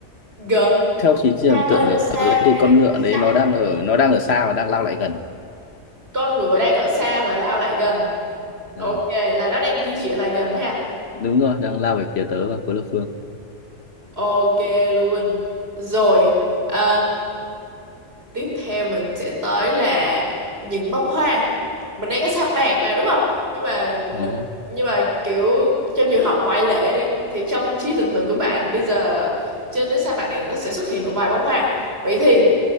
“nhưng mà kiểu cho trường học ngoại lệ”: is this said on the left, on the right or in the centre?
Right